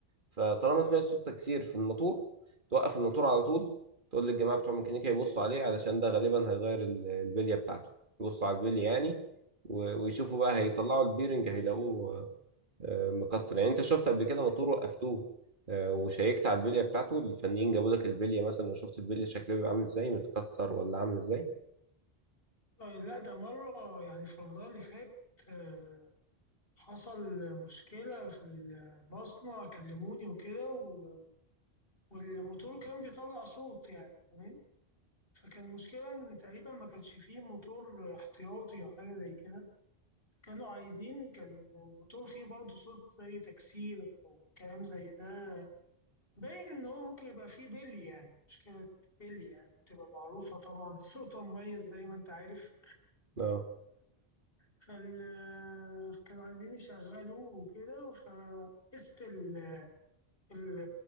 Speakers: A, on the right; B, on the left.
A: فطالما سمعت صوت تكسير في الموتور توقف الموتور على طول تقول للجماعه بتوع ميكانيكا يبصوا عليه علشان ده غالبا هيغير ال- البليه بتاعته يبصوا على البليه يعني و- ويشوفوا بقى هيطلعوا البيرنج هيلاقوه آه، مكسر يعني انت شفت قبل كده موتور وقفتوه آه، وشيكت على البليه بتاعته الفنيين جابوا لك البليه مثلا وشفت البليه شكلها بيبقى عامل ازاي متكسر ولا عامل ازاي
B: آه، لا ده مرة يعني في رمضان اللي فات آه، حصل مشكلة في المصنع كلموني وكده و- والموتور كان بيطلع صوت يعني تمام فكان المشكلة إن تقريبا ما كانش فيه موتور احتياطي أو حاجة زي كده كانوا عايزين كان الموتور فيه برضه صوت زي تكسير أو كلام زي ده باين إن هو ممكن يبقى فيه بلي يعني مشكلة بلي يعني بتبقى معروفة طبعا <laughs> صوتها مميز زي ما أنت عارف
A: اه
B: فال كانوا عايزين يشغلوه وكده فقست ال... ال...